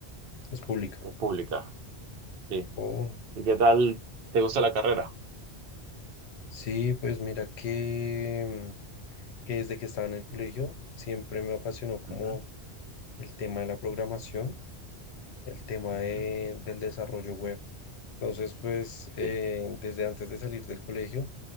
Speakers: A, on the left; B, on the right.
A: Es pública.
B: es pública. Sí.
A: Oh,
B: ¿Y qué tal te gusta la carrera?
A: sí, pues mira que... que desde que estaba en el colegio siempre me apasionó como
B: Ujú,
A: el tema de la programación, el tema
B: ujú,
A: de- del desarrollo web. Entonces, pues eh,
B: Sí.
A: desde antes de salir del colegio,